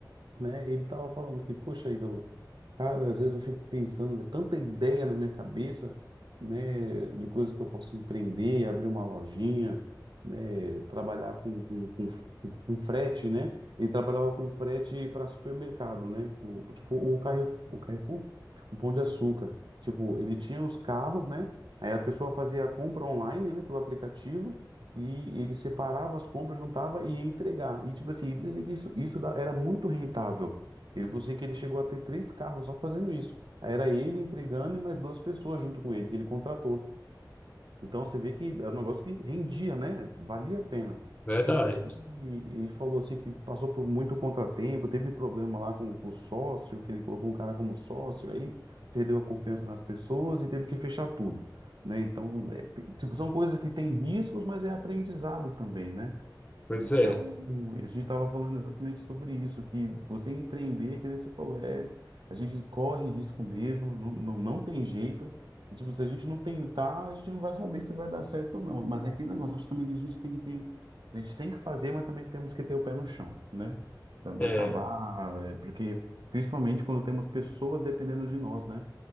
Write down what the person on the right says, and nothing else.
né? Ele tava falando que, poxa, Ítalo, cara, às vezes eu fico pensando, é tanta ideia na minha cabeça, né, de coisas que eu posso empreender, abrir uma lojinha, né, trabalhar com, com, com, com frete, né? Ele trabalhava com frete para supermercado, né? pro- Tipo, o Carrefour, o Carrefour, o Pão de Açúcar. Tipo, ele tinha os carros, né? Aí a pessoa fazia a compra online, né, pelo aplicativo e ele separava as compras, juntava e ia entregar. E tipo assim, e dizem que isso, isso da- era muito rentável. Ele falou assim que ele chegou a ter três carros só fazendo isso. Aí Era ele entregando e mais duas pessoas junto com ele, que ele contratou. Então você vê que era um negócio que rendia, né? Valia a pena.
Só que aí ele falou assim que passou por muito contratempo, teve problema lá com, com o sócio, que ele colocou um cara como sócio, aí perdeu a confiança nas pessoas e teve que fechar tudo, né? Então, é, tem- tipo, são coisas que têm riscos, mas é aprendizado também, né?
Então,
a gente estava falando exatamente sobre isso, que você empreender, que nem você falou, é, a gente corre risco mesmo, não, não, não tem jeito. E, Tipo, se a gente não tentar, a gente não vai saber se vai dar certo ou não. Mas é aquele negócio, acho também que a gente tem que ter, a gente tem que fazer, mas também temos que ter o pé no chão, né? Para não
acabar, é, porque principalmente quando temos pessoas dependendo de nós, né?